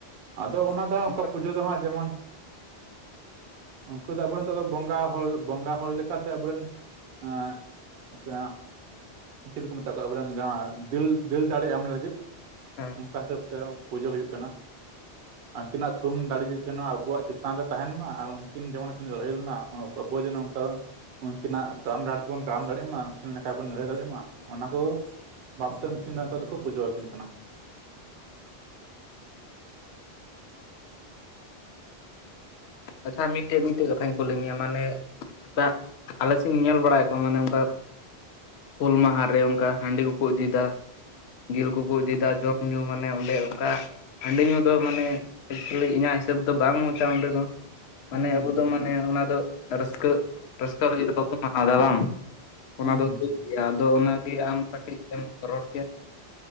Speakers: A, on the right; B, on the left.
A: ᱟᱫᱚ, ᱚᱱᱟ ᱫᱚ
B: ᱢᱮᱱᱠᱷᱟᱱ
A: ᱚᱱᱠᱟ ᱯᱩᱡᱟᱹ ᱫᱚ ᱦᱟᱸᱜ, ᱡᱮᱢᱚᱱ ᱩᱱᱠᱩ ᱫᱚ, ᱟᱵᱚ ᱨᱮᱱ ᱱᱤᱛᱚᱜ ᱫᱚ, ᱵᱚᱸᱜᱟ ᱦᱚᱲ, ᱵᱚᱸᱜᱟ ᱦᱚᱲ ᱞᱮᱠᱟ ᱥᱮ, ᱟᱵᱚ ᱨᱮᱱ ᱮᱸᱻ ᱥᱮ ᱦᱟᱸᱜ ᱾ ᱪᱤᱞᱤ ᱠᱚ ᱢᱮᱛᱟ ᱠᱚᱣᱟ, ᱟᱵᱚ ᱨᱮᱱ ᱡᱟᱦᱟᱸ ᱫᱤᱞ, ᱫᱤᱞ ᱫᱟᱲᱮ ᱮᱢ ᱞᱟᱹᱜᱤᱫ,
B: ᱦᱮᱸ
A: ᱚᱱᱠᱟ ᱦᱤᱥᱟᱹᱵ ᱛᱮ ᱯᱩᱡᱟᱹ, ᱦᱩᱭᱩᱜ ᱠᱟᱱᱟ ᱾ ᱟᱹᱠᱤᱱᱟᱜ ᱛᱷᱩᱢ ᱫᱟᱲᱮ ᱡᱩᱫᱤ ᱛᱟᱦᱮᱱᱟ, ᱟᱵᱚᱣᱟᱜ ᱪᱮᱛᱟᱱ ᱨᱮ ᱛᱟᱦᱮᱸᱱ ᱢᱟ, ᱟᱨ ᱩᱱᱠᱤᱱ ᱡᱮᱢᱚᱱ ᱠᱤᱱ ᱞᱟᱹᱲᱦᱟᱹᱭ ᱞᱮᱱᱟ, ᱟᱵᱚ ᱡᱮ ᱱᱚᱝᱠᱟ ᱵᱟᱝ ᱩᱱᱠᱤᱱᱟᱜ, ᱛᱟᱲᱟᱢ ᱰᱟᱦᱟᱨ ᱛᱮᱵᱚᱱ, ᱛᱟᱲᱟᱢ ᱫᱟᱲᱮᱭᱟᱜ ᱢᱟ, ᱩᱱᱠᱤᱱ ᱞᱮᱠᱟ ᱵᱚᱱ, ᱞᱟ. ᱲᱦᱟᱹᱭ ᱫᱟᱲᱮᱭᱟᱜ ᱢᱟ ᱾ ᱢᱟ, ᱚᱱᱟ ᱠᱚ ᱵᱟᱵᱛᱮ, ᱩᱱᱠᱤᱱ ᱫᱚ, ᱱᱮᱛᱳᱜ ᱫᱚᱠᱚ ᱯᱩᱡᱟᱹᱣ ᱟᱠᱤᱱ ᱠᱟᱱᱟ ᱾
B: ᱟᱪᱪᱷᱟ ᱢᱤᱫᱴᱮᱡ, ᱢᱤᱫᱴᱮᱡ ᱠᱟᱛᱷᱟᱧ ᱠᱩᱞᱤ ᱢᱮᱭᱟ, ᱢᱟᱱᱮ ᱠᱟᱜ ᱾ ᱟᱞᱮ ᱥᱮᱫᱤᱧ ᱧᱮᱞ ᱵᱟᱲᱟ ᱭᱮᱫ ᱠᱚᱣᱟ ᱾ ᱢᱟᱱᱮ ᱚᱱᱠᱟ ᱦᱩᱞ ᱢᱟᱦᱟ ᱨᱮ, ᱚᱱᱠᱟ ᱦᱟᱺᱰᱤ ᱠᱚᱠᱚ, ᱤᱫᱤ ᱮᱫᱟ ᱾ ᱡᱤᱞ ᱠᱩ ᱠᱩ ᱤᱫᱤ ᱫᱟ ᱡᱚᱢ ᱧᱩ ᱢᱟᱱᱮ ᱚᱸᱰᱮ ᱚᱠᱟ ᱦᱟᱺᱰᱤ ᱧᱩ ᱫᱚ ᱢᱟᱱᱮ ᱮᱠᱪᱩᱣᱟᱹᱞᱤ ᱤᱧᱟᱹᱜ ᱦᱤᱥᱟᱹᱵ ᱫᱚ ᱵᱟᱝ ᱢᱚᱪᱟ ᱚᱸᱰᱮ ᱫᱚ᱾ ᱢᱟᱱᱮ
A: ᱦᱩᱸ ᱦᱩᱸ
B: ᱟᱵᱚ
A: ᱦᱩᱸ
B: ᱫᱚ ᱢᱟᱱᱮ ᱚᱱᱟ ᱫᱚ ᱨᱟᱹᱥᱠᱟᱹᱜ ᱨᱟᱹᱥᱠᱟᱹ ᱞᱟᱹᱜᱤᱫ ᱫᱚ ᱵᱟᱵᱚᱱ ᱢᱟᱱᱟᱣᱫᱟ ᱵᱟᱝ᱾ ᱚᱱᱟ
A: ᱦᱩᱸ
B: ᱫᱚ ᱦᱩᱭᱩᱜ
A: ᱦᱩᱸ
B: ᱜᱮᱭᱟ ᱟᱫᱚ ᱚᱱᱟ ᱜᱮ ᱟᱢ ᱠᱟᱹᱴᱤᱡ ᱮᱢ ᱨᱚᱲ ᱠᱮᱫ᱾